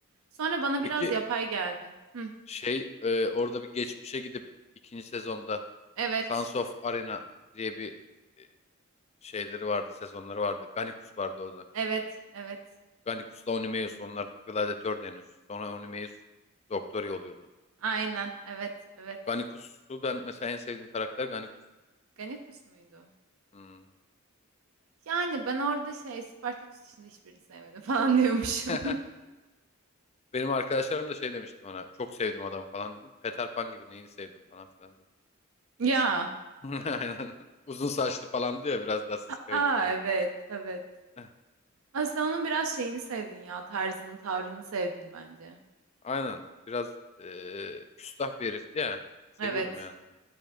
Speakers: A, on the right; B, on the left.
A: Sonra bana biraz
B: Peki
A: yapay geldi. Hı,
B: Şey e, orada bir geçmişe gidip ikinci sezonda
A: evet.
B: Sons of Arena diye bir e, şeyleri vardı, sezonları vardı. Gannicus vardı orada.
A: Evet. Evet.
B: Gannicus'la Onimeus onlar gladiatördü henüz. Sonra Onimeus doktor oluyordu.
A: Aynen. Evet. Evet.
B: Gannicus'u ben mesela en sevdiğim karakter Gannicus.
A: Ganikus muydu?
B: Hmm.
A: Yani ben orada şey Spartaküs dışında hiçbirini sevmedim falan diyormuşum.
B: <laughs> Benim arkadaşlarım da şey demişti bana. Çok sevdim adam falan dedim. Peter Pan gibi neyini sevdim falan filan dedim.
A: <laughs> Ya.
B: <laughs> Aynen. Uzun saçlı falan diyor biraz daha sıskaydı
A: Aa
B: falan.
A: evet evet.
B: <laughs>
A: Aslında onun biraz şeyini sevdin ya tarzını tavrını sevdin bence.
B: Aynen. Biraz eee, küstah bir herifti ya. Seviyordum
A: Evet
B: yani onu.